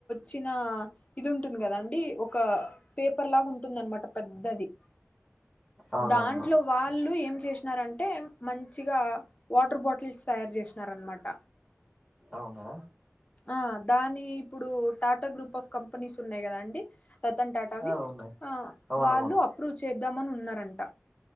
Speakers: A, on the left; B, in the centre.
A: చిన ఇది ఉంటుంది కదా అండి ఒక పేపర్ లాగా ఉంటుందనమాట పెద్దది
B: అవునవును
A: దాంట్లో వాళ్ళు ఏం చేసినారంటే మంచిగా వాటర్ బాటిల్స్ తయారు చేసినారనమాట
B: అవునా
A: ఆ దాని ఇప్పుడు టాటా గ్రూప్ ఆఫ్ కంపెనీస్ ఉన్నాయి కదా అండి రతన్ టాటావి
B: ఆ ఉన్నాయి
A: ఆ
B: అవునవును
A: వాళ్ళు అప్రూవ్ చేద్దామని ఉన్నారంట